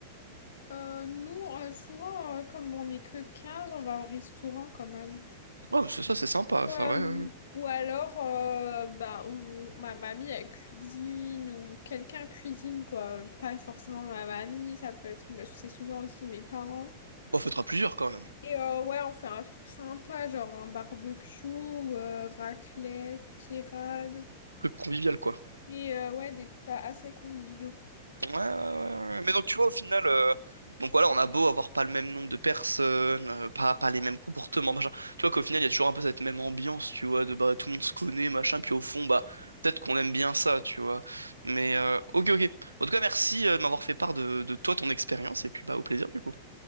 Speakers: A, on the left; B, on the right.
A: Euh, nous, euh, souvent, euh, comme on n'est que 15, on va au restaurant quand même.
B: Ouais, c'est ça, c'est sympa.
A: Ou,
B: Ça,
A: euh,
B: ouais, ouais. ouais.
A: ou alors, euh, bah, on, ma mamie, elle cuisine ou quelqu'un cuisine, quoi. Pas forcément ma mamie, ça peut être, c'est souvent aussi mes parents.
B: Bon, fera plusieurs quand même.
A: Et euh, ouais, on fait un truc sympa, genre un barbecue, euh, raclette, pirade.
B: Truc convivial, quoi.
A: Et euh, ouais, des plats assez conviviaux.
B: Ouais, ouais, ouais, ouais. Mais donc tu vois au final, euh, donc voilà, on a beau avoir pas le même nombre de personnes, euh, pas, pas les mêmes comportements, machin. Tu vois qu'au final, il y a toujours un peu cette même ambiance, tu vois, de bah tout le monde se connaît, machin, puis au fond, bah peut-être qu'on aime bien ça, tu vois. Mais euh, ok, ok. Bon, en tout cas, merci euh, de m'avoir fait part de, de toi, ton expérience, et puis bah au plaisir du coup.